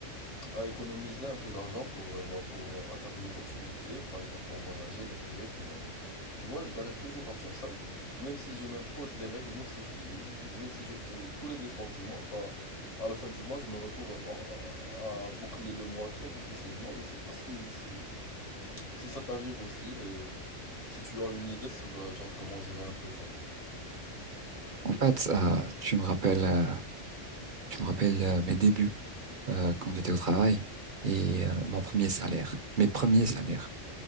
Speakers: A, on the left; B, on the right.
A: à économiser un peu d'argent pour, euh, bah, pour euh, atteindre mes autres objectifs, par exemple pour voyager l'été, pour... euh, tu vois, je galère toujours à faire ça, même si je m'impose des règles, même si je, je- même si je fais tous les efforts du monde, bah, à la fin du mois, je me retrouve à, à- à boucler le mois très difficilement. Je sais pas si, si, si ça t'arrive aussi, et si tu as une idée sur euh, genre comment gérer un peu ça.
B: En fait, euh, tu me rappelles, euh, tu me rappelles euh, mes débuts euh, quand j'étais au travail et euh, mon premier salaire, mes premiers salaires.